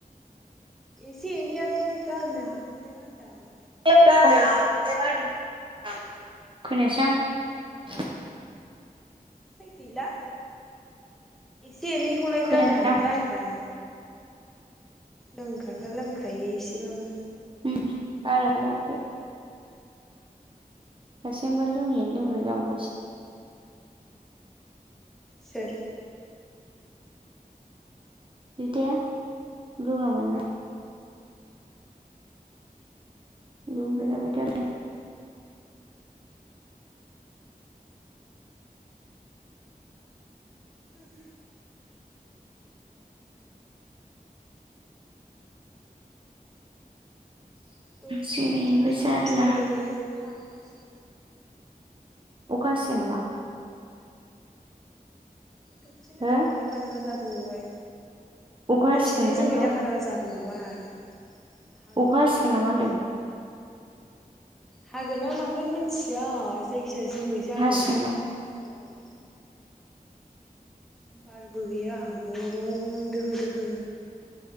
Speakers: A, in the centre; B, on the right.
A: एसे एनैयालाय गारनो हाखाया होनदो आं
B: <unintelligible>
A: है गैला एसे एनैखौलाय
B: खोनायासै
A: गारनो हाखाया
B: आं
A: होनदां लोंग्राफ्रा लोंखायो एसेबाबो
B: उ बाराबो लायाखै <inaudible>
A: सोर
B: बिदाया रोङामोन ना <unintelligible>
A: उम दरसेनो
B: जेरैबो
A: जोमायखबफिनजोबावबायलै
B: जारला
A: फागलासो
B: अखा हासिगोन नामा
A: दसेनो
B: हो
A: जोमै दाखा दाखा जाबोबावबाय
B: अखा हासिगोन
A: दसेनो
B: ओंखायनोथ'
A: जोमै दाखा दाखा जाबोबाव बाय हागोन
B: अखा
A: ना
B: हासिगोन
A: मागोन
B: नामा होनदों
A: मिथिया हागोन ना मागोन मिथिया जायखिाया जोमै जादों
B: हासिगोनदां
A: मायबा बारबो गैया गरम दोहो दोहो